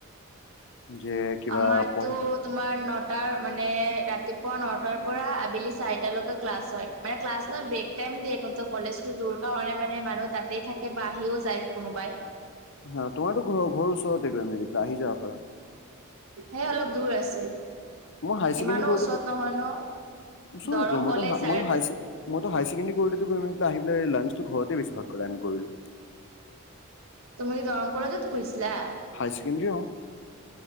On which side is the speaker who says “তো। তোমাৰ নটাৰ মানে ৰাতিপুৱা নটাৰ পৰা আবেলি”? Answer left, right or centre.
Right